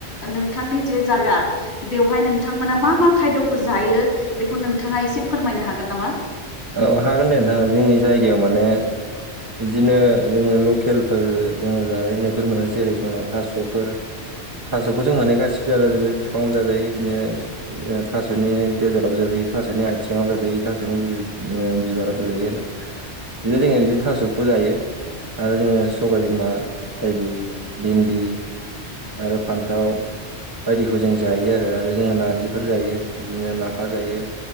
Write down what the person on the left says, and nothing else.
नोंथांनि जे जागा बेवहाय नोंथां मोना मा मा खायद'खौ जायो बेखौ नोंथाङा एसे फोरमायनो हागोन नामा?